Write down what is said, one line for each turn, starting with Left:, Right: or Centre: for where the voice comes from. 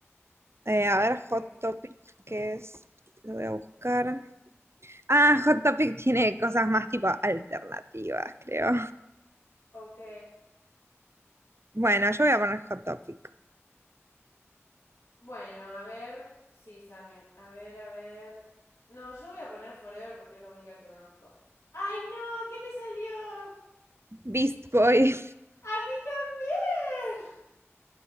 Right: Eh, a ver,
Left: Sí.
Right: Hot Topic, ¿qué es? Lo voy a buscar. Ah, Hot Topic tiene cosas más tipo alternativas, creo.
Left: Ok.
Right: Bueno, yo voy a poner Hot Topic.
Left: Bueno, a ver. Sí, Sammy. A ver, a ver. No, yo voy a poner Forever porque es la única que conozco. ¡Ay, no! ¿Qué te salió?
Right: Beast Boy.
Left: ¡A mí también!